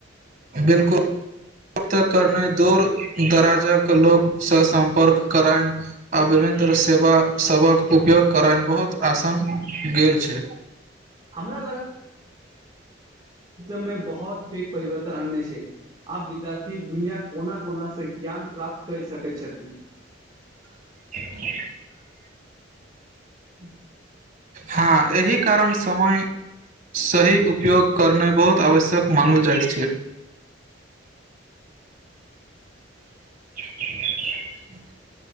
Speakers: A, on the right (about 45°); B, on the right (about 30°).
A: बिलकुल, प्राप्त करनाइ दूर दराजक लोकसँ सम्पर्क करायन, आभ्यभन्तर सेवासभक उपयोग करनाना, बहुत आसान गेल छै।
B: हमरा मे बहुत पेघ परिवर्तन अन्य छै,, आब विद्य द्यार्थी दुनिया कोना -कोना से ज्ञान प्राप्त कहि सकै छथि।
A: क।
B: ह।
A: हँ एहि कारण समय सही उपयोग करनाइ बहुत आवश्यक मानल जाइत छै। <unintelligible>